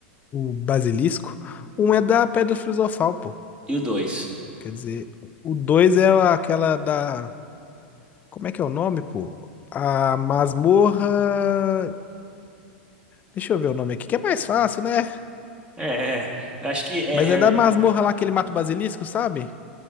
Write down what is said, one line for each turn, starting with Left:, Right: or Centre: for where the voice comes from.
Left: o basilisco. Um é da Pedra Filosofal, pô.
Right: E o 2?
Left: Quer dizer, o dois é aquela da. Como é que é o nome, pô? A masmorra. Deixa eu ver o nome aqui, que é mais fácil, né?
Right: É, é, é. eu acho que é
Left: Mas
Right: Harry.
Left: é da masmorra lá que ele mata o basilisco, sabe?